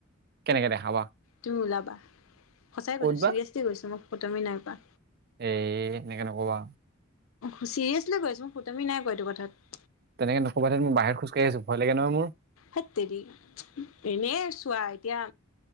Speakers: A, on the right; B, on the left.
A: কেনেকে দেখাবা?
B: তো ওলাবা, সচাই
A: ক'ত
B: কৈছো
A: বা?
B: ছিৰিয়াছলি কৈছো মোক ফাটোৱামী নাই কৰা।
A: এই সেনেকে নকবা।
B: চিৰিয়াছলি কৈ আছো, মই ফটোৱামী নাই কৰা এইটো কথাত।
A: তেনেকে নকবা ধেৎ মই বাহিৰত খোজ কাঢ়ি আছো ভয় লাগে নহয় মোৰ।
B: হেট তেৰি, এনেই চোৱা এতিয়া